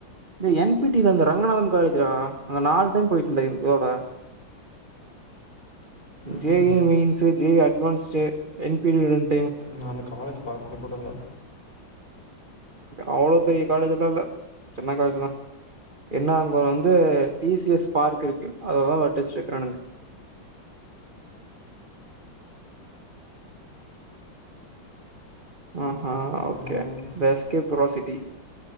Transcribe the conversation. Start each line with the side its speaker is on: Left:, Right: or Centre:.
Right: டே என்பிடிலந்து ரங்கநாதன் காலேஜ் டா அங்க நால் டைம் போயட்டன்டா இதோட
Left: ம்ஹூம்
Right: ஜே ஏ மீன்ஸு ஜே அட் வான்ட்ஸு என்பிடிவ்டன்
Left: நா அந்த காலேஜ் பாத்தது கூடல்ல
Right: அவ்ளோ பெரிய காலேஜல்லா இல்ல சின்ன காலேஜ்தா என்னா அங்க வந்து டிசிஎஸ் பார்க் இருக்கு அததா நா டெஸ்ட்டு றானுங்க அ ஹா ஓகே
Left: ம்
Right: தஸ்கே பபுராசிட்டி